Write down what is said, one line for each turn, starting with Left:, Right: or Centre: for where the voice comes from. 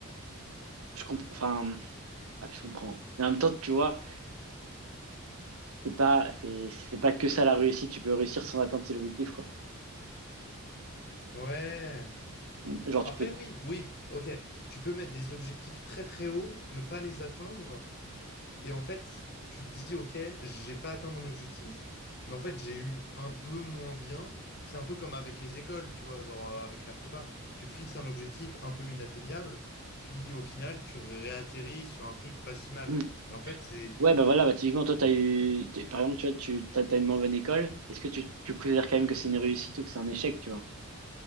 Right: Je comprends. Enfin, ouais, je comprends. Et en même temps, tu vois. c'est pas, c'est c'est pas que ça la réussite. Tu peux réussir sans atteindre ses objectifs, quoi.
Left: Ouais.
Right: Mm. Genre, tu
Left: Après,
Right: peux.
Left: oui, oui, ok. Tu peux mettre des objectifs très très hauts, ne pas les atteindre. Et en fait, tu te dis, OK, j'ai pas atteint mon objectif, mais en fait, j'ai eu un peu moins bien. C'est un peu comme avec les écoles, tu vois, genre euh, avec la prépa. Tu te fixes un objectif un peu inatteignable, puis au final, tu réatterris sur un truc pas si mal.
Right: Hmm.
Left: Et en fait, c'est...
Right: Ouais, bah voilà, bah typiquement, toi, t'as eu. t'es- Par exemple, tu vois, tu t'as, t'as une moins bonne école. Est-ce que tu, tu considères quand même que c'est une réussite ou que c'est un échec, tu vois?